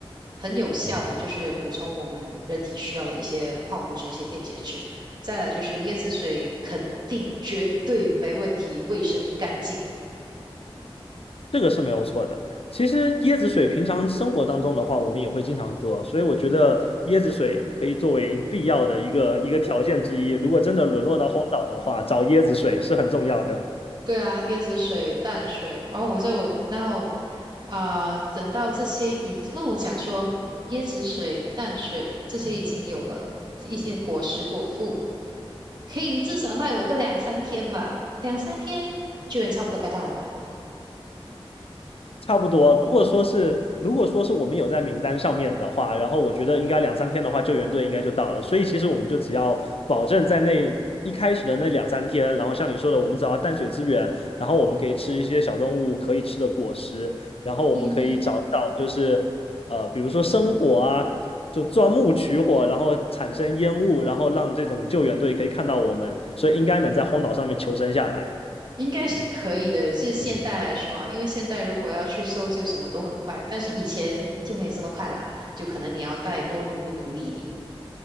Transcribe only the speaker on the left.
这个是没有错的。其实椰子水平常生活当中的话，我们也会经常喝，所以我觉得椰子水可以作为必要的一个一个条件之一。如果真的沦落到荒岛的话，找椰子水是很重要的。
差不多。如果说是如果说是我们有在名单上面的话，然后我觉得应该两三天的话，救援队应该就到了。所以其实我们就只要保证在那一开始的那两三天，然后像你说的，我们找到淡水资源，然后我们可以吃一些小动物可以吃的果实，然后我们可以找找就是呃，
比如说生火啊，就钻木取火，然后产生烟雾，然后让这种救援队可以看到我们，所以应该能在荒岛上面求生下来。